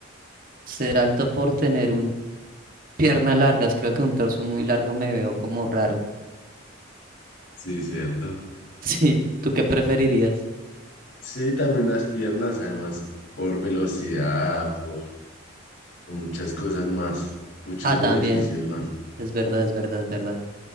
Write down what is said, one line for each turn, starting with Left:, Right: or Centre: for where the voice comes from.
Right: Ser alto por tener un piernas largas, creo que un torso muy largo me veo como raro. <laughs>
Left: Sí, cierto.
Right: Sí, ¿tú qué preferirías?
Left: Sí, también las piernas, además, por velocidad, por, por muchas cosas más, muchos
Right: Ah,
Left: beneficios
Right: también,
Left: más.
Right: es verdad, es verdad, es verdad.